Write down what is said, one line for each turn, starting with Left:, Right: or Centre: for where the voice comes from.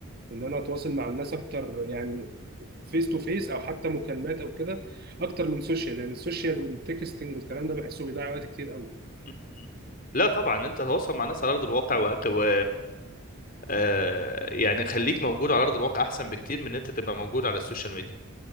Right: ان انا اتواصل مع الناس اكتر يعني فيس تو فيس او حتى مكالمات او كده اكتر من سوشيال لان السوشيال والتكستنج والكلام ده بحسه بيضيع وقت كتير قوي
Left: مم. لا طبعا انت تتواصل مع ناس على ارض الواقع وأق... و... آه، يعني خليك موجود على ارض الواقع احسن بكتير من ان انت تبقى موجود على السوشيال ميديا